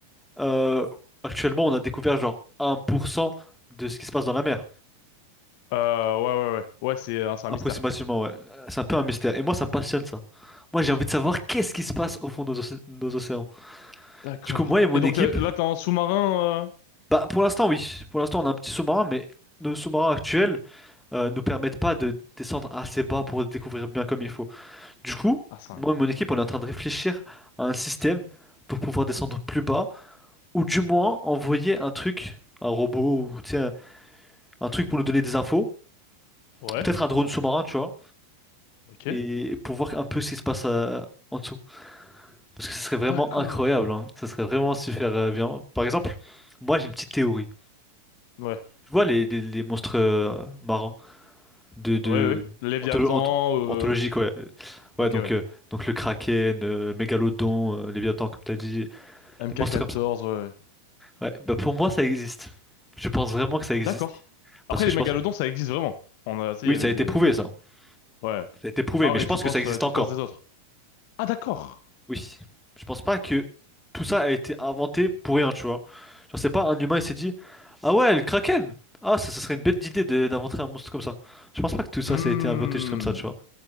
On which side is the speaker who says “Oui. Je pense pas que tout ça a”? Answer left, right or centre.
Centre